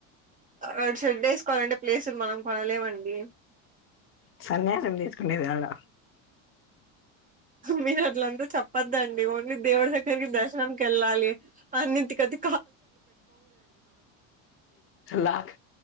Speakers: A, on the right; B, on the left.
A: అడ షేడ్ ఏసుకోవాలంటే ప్లేసులు మనం కొనలేమండి
B: సన్యాసం తీసుకునేది యడ
A: మీరు అట్లంతా చెప్పద్దండి ఓన్లీ దేవుడి దగ్గరికి దర్శనంకి ఎళ్ళాలి అన్నింటికది
B: లాక్